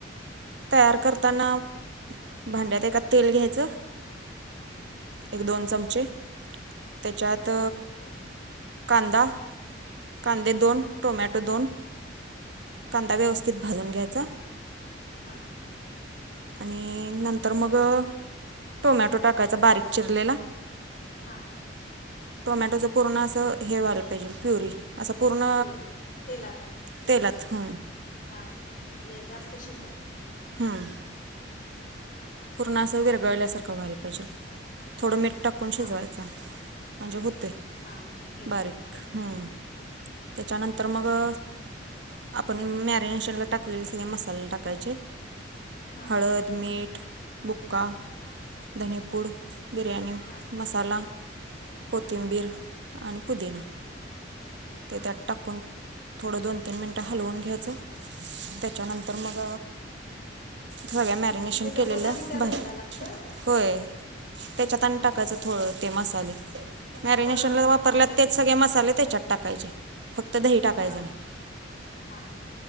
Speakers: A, on the right; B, on the left.
A: तयार करताना भांड्यात एका तेल घ्यायच
B: हा
A: एक दोन चमचे त्याच्यात
B: हा
A: कांदा कांदे दोन,
B: हा
A: टोमॅटो दोन कांदा व्यवस्थित भाजून घ्यायचा.
B: हा-
A: आणि नंतर मग टोमॅटो टाकायचा बारीक चिरलेला
B: हा
A: टोमॅटोच पूर्ण अस हे व्हायला पाहिजेल प्युरी. असं पूर्ण
B: पिवरी तेलात
A: तेलात हं
B: हा हा जे जास्त शिजवायच.
A: हम पूर्ण
B: हा
A: अस विरगळल्यासारख व्हायला थोड मिठ टाकून
B: हा
A: शिजवायचा. म्हणजे होत. होतय
B: हा म्हणजे गिर होते
A: बारीक
B: हा
A: हं त्याच्यानंतर मग अ आपण मॅरिनेशनला टाकलेले सगळे मसाले टाकायचे.
B: हा
A: हळद, मीठ <unintelligible> का
B: हा
A: धनेपूड बिर्याणी
B: हा
A: मसाला कोथिंबीर
B: हा
A: आणि पुदिना
B: हा
A: ते त्यात टाकून थोडं दोन, तीन मिनिटं हलवून घ्यायचं. त्याच्यानंतर मग सगळ्या मॅरिनेशन
B: म्हणजे डबल
A: केलेल्या
B: आणि त्यात
A: भा--होय.
B: घालायला लागतोय
A: त्याच्यात आणि
B: हा
A: टाकायचं थो ते मसाले
B: मग
A: मॅरिनेशनला
B: प म्हणजे
A: वापरलात
B: भाज्याच
A: तेच
B: नाही
A: सगळे मसाले त्याच्यात टाकायचे. फक्त दही टाकायचं
B: हा
A: नाही
B: हा ह